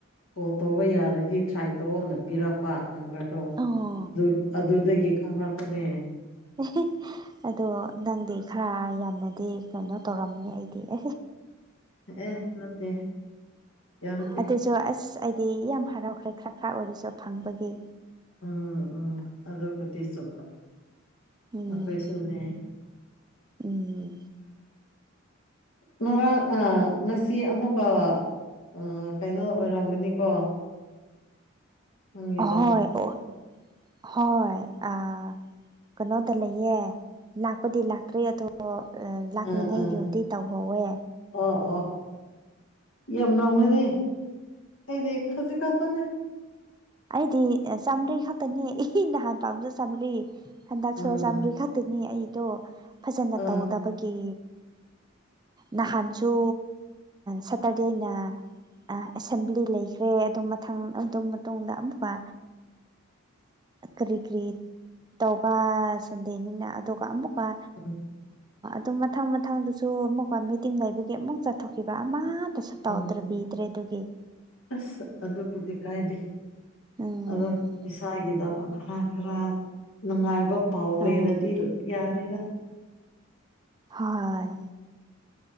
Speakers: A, on the left (about 75°); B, on the right (about 20°).
A: ꯀꯣꯜ ꯇꯧꯕ ꯌꯥꯔꯗꯤ ꯇ꯭ꯔꯥꯏ ꯇꯧꯑꯣꯅ ꯄꯤꯔꯛꯄ ꯃꯥꯅ ꯅꯝꯕꯔꯗꯣ
B: ꯑꯣ
A: ꯑꯗꯨ ꯑꯗꯨꯗꯒꯤ ꯈꯡꯔꯛꯄꯅꯦ
B: ꯍꯤ ꯍꯤ ꯑꯗꯣ ꯅꯪꯗꯤ ꯈꯔ ꯌꯥꯝꯅꯗꯤ ꯀꯩꯅꯣ ꯇꯧꯔꯝꯃꯅꯤ ꯑꯩꯗꯤ ꯍꯤ
A: ꯑꯦ ꯅꯠꯇꯦ ꯌꯥꯝꯗꯤ
B: ꯑꯗꯨꯁꯨ ꯑꯁꯥ ꯑꯁ ꯑꯩꯗꯤ ꯌꯥꯝ ꯍꯔꯥꯎꯈ꯭ꯔꯦ ꯈꯔ ꯈꯔ ꯑꯣꯏꯔꯤꯁꯨ ꯐꯪꯕꯒꯤ ꯅꯪꯗꯤ
A: ꯎꯝ ꯎꯝ ꯑꯗꯨꯕꯨꯗꯤ ꯆꯝꯕ
B: ꯎꯝ
A: ꯑꯈꯣꯏꯁꯨꯅꯦ
B: ꯎꯝ
A: ꯕꯥ ꯉꯔꯥꯡ ꯑꯥ ꯉꯁꯤ ꯑꯃꯃꯨꯀꯥ ꯑ ꯀꯩꯅꯣ ꯑꯣꯏꯔꯝꯒꯅꯤꯀꯣ ꯅꯪꯒꯤꯗꯣ
B: ꯍ ꯑꯣ ꯍꯣꯏ ꯑ ꯀꯩꯅꯣꯗ ꯂꯩꯌꯦꯦ ꯂꯥꯛꯄꯗꯤ ꯂꯥꯛꯇ꯭ꯔꯤ ꯑꯗꯣ ꯂꯥꯛꯅꯤꯡꯉꯩꯗꯨꯇꯤ
A: ꯑꯥ ꯑꯥ
B: ꯇꯧꯍꯧꯋꯦ
A: ꯑꯣ ꯑꯣ ꯌꯥꯝ ꯂꯥꯎꯉꯅꯦ ꯑꯩꯗꯤ ꯈꯖꯤꯛ ꯈ ꯆꯅꯦ
B: ꯍꯥꯏꯗꯤ ꯆꯥꯝꯃꯔꯤ ꯈꯛꯇꯅꯦ ꯑꯦ ꯅꯍꯥꯟ ꯄꯥꯝꯖ ꯆꯥꯝꯃꯔꯤ ꯍꯟꯗꯛꯁꯨ
A: ꯎꯝ
B: ꯆꯥꯝꯃꯔꯤ ꯈꯛꯇꯅꯤ ꯑꯩꯗꯣ ꯐꯖꯅ
A: ꯑ
B: ꯇꯧꯗꯕꯒꯤ ꯅꯍꯥꯟꯁꯨ ꯁꯇꯔꯗꯦꯅ ꯑꯦꯁꯦꯝꯕ꯭ꯂꯤ ꯂꯩꯈ꯭ꯔꯦ ꯑꯗꯨꯝ ꯃꯊꯪ ꯑꯗꯨꯝ ꯃꯇꯨꯡꯨꯡꯗ ꯑꯃꯨꯛꯀ ꯀꯔꯤ ꯀꯔꯤ ꯇꯧꯕ ꯁꯟꯗꯦꯅꯤꯅ ꯑꯗꯨꯒ ꯑꯃꯨꯛꯀ
A: ꯎꯝ
B: ꯑꯗꯨꯝ ꯃꯊꯪ ꯃꯊꯪꯗꯁꯨ ꯑꯃꯨꯛꯀ ꯃꯤꯇꯤꯡ ꯂꯩꯕꯒꯤ ꯑꯃꯨꯛ ꯆꯠꯊꯣꯛꯈꯤꯕ ꯑꯃ ꯁꯨ ꯇꯧꯗ꯭ꯔꯕꯤꯗ꯭ꯔꯦ
A: ꯎꯝ
B: ꯑꯗꯨꯒꯤ
A: ꯑꯁ ꯑꯗꯨꯕꯨꯗꯤ ꯀꯥꯏꯗꯦ
B: ꯎꯝ
A: ꯑꯗꯨꯝ ꯏꯁꯥꯒꯤꯗꯃꯛ ꯈꯔ ꯈꯔ ꯅꯨꯡꯉꯥꯏꯕ ꯄꯥꯎ
B: ꯎꯝ
A: ꯂꯩ ꯏꯔꯗꯤ ꯌꯥꯔꯦꯔ
B: ꯍꯣꯏ